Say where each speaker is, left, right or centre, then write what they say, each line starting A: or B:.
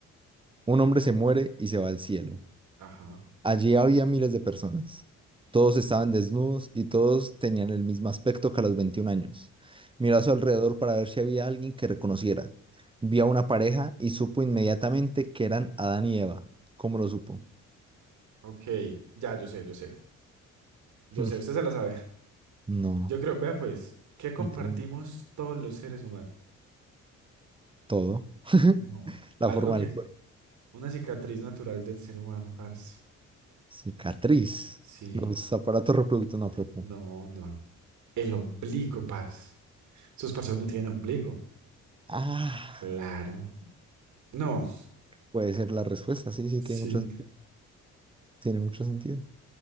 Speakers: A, on the right; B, on the right.
A: Un hombre se muere y se va al cielo.
B: Ajá.
A: Allí había miles de personas. Todos estaban desnudos y todos tenían el mismo aspecto que a los 21 años. Miró
B: Uf,
A: a su alrededor para ver si había alguien que reconociera. Vio a una pareja y supo inmediatamente que eran Adán y Eva. ¿Cómo lo supo?
B: ok. Ya, yo sé, yo sé. Yo
A: <laughs>
B: sé, usted se la sabe.
A: No,
B: Yo creo, vea pues, ¿qué compartimos
A: y te-
B: todos los seres humanos?
A: todo. <laughs>
B: No.
A: La
B: Algo
A: forma
B: que
A: del
B: es
A: cuerpo.
B: una cicatriz natural del ser humano, parce.
A: Cicatriz.
B: Sí.
A: Los aparatos reproductores, no, pero
B: No,
A: ¿cómo?
B: no. El ombligo, parce. Esos parceros no tienen ombligo.
A: Ah,
B: Claro. No,
A: puede ser la respuesta, sí, sí,
B: sí.
A: tiene mucho, sen- tiene mucho sentido.